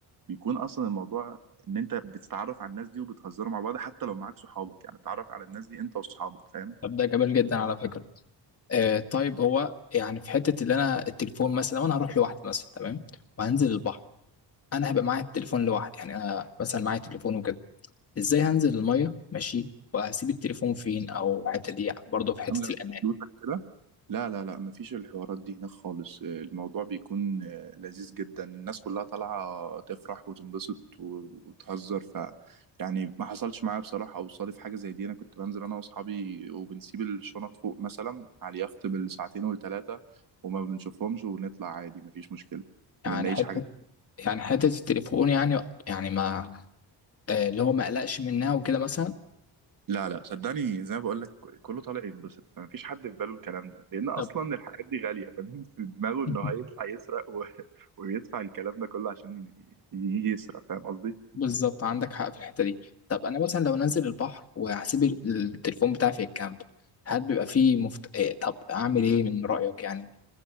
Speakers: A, on the right (about 50°); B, on the left (about 35°).
A: بيكون اصلا الموضوع ان انت بتتعرف على الناس دي وبتهزروا مع بعض حتى لو معاك صحابك يعني تتعرف على الناس دي انت واصحابك فاهم
B: طب ده جميل جدا على فكره آه طيب هو يعني في حته اللي انا التليفون مثلا لو انا هروح لوحدي مثلا تمام وهنزل البحر انا هبقى معايا التليفون لوحدي يعني انا مثلا معايا تليفون وكده ازاي هنزل الميه ماشي وهسيب التليفون فين او الحته دي برضه في حته
A: عامله
B: الامان
A: فلوسك كده لا لا لا مفيش الحوارات دي هناك خالص آه، الموضوع بيكون آه، لذيذ جدا الناس كلها طالعة تفرح وتنبسط و- وتهزر ف يعني ما حصلش معايا بصراحة أو صادف حاجة زي دي أنا كنت بنزل أنا وأصحابي وبنسيب الشنط فوق مثلا على اليخت بالساعتين والتلاتة وما بنشوفهمش ونطلع عادي مفيش مشكلة
B: يعني
A: ما بنلاقيش
B: حته
A: حاجة
B: يعني حته التليفون يعني يعني ما آه، اللي هو ما قلقش منها وكده مثلا
A: لا لا صدقني زي ما بقول لك كله طالع ينبسط فما فيش حد في باله الكلام ده لان اصلا
B: طب
A: الحاجات دي غاليه فمين في دماغه
B: <laughs>
A: انه هيطلع يسرق و... <laughs> ويدفع الكلام ده كله عشان ي... ي- يسرق فاهم قصدي
B: بالظبط عندك حق في الحته دي طب انا مثلا لو نزل البحر وهسيب ال- التليفون بتاعي في الكامب هل بيبقى فيه مفت... آه، طب اعمل ايه من رايك يعني